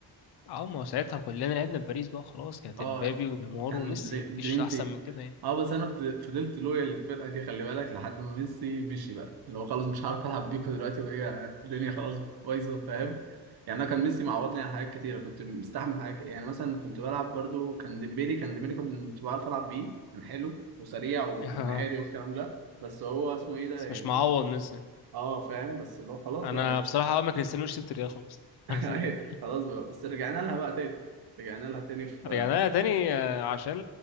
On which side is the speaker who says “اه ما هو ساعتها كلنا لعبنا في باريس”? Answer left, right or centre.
Left